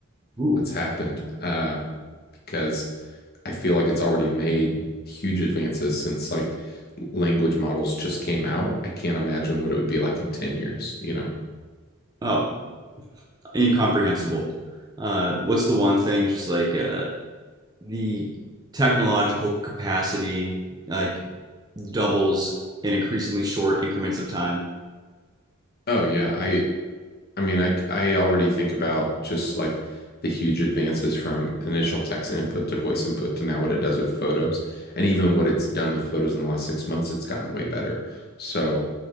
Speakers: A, on the right (about 20°); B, on the left (about 45°).
A: ooh,
B: what's happened. Uh, because I feel like it's already made huge advances since like language models just came out. I can't imagine what it would be like in 10 years, you know?
A: oh, incomprehensible. Uh, what's the one thing? Just like uh, the technological capacity like doubles in increasingly short increments of time.
B: Oh yeah, I I mean, I I already think about just like the huge advances from initial text input to voice input to now what it does with photos, and even what it's done with photos in the last six months, it's gotten way better. So,